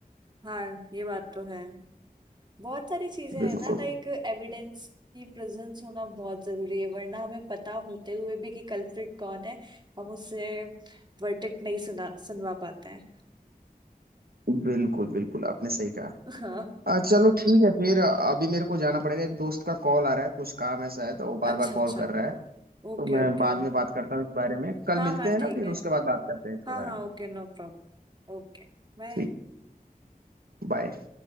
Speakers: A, on the right; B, on the right.
A: हाँ ये बात तो है बहुत सारी चीजें
B: बिल्कुल
A: हैं ना लाइक एविडेंस की प्रेजेंस होना बहुत जरूरी है वरना हमें पता होते हुए भी कि कल्प्रिट कौन है हम उससे वर्डिक्ट नहीं सुना सुनवा पाते हैं
B: बिल्कुल बिल्कुल आपने सही कहा
A: हाँ
B: अ, चलो ठीक है फिर अभी मेरे को जाना पड़ेगा एक दोस्त का कॉल आ रहा है कुछ काम ऐसा है तो वो बार
A: अच्छा
B: बार
A: अच्छा
B: कॉल कर रहा है तो
A: Okay
B: मैं
A: okay
B: बाद में बात करता हूँ इस बारे में कल
A: हाँ
B: मिलते
A: हाँ
B: हैं ना
A: ठीक
B: फिर
A: है
B: उसके बाद बात करते हैं इसके
A: हाँ
B: बारे
A: हाँ
B: में
A: okay no problem okay Bye
B: ठीक बाय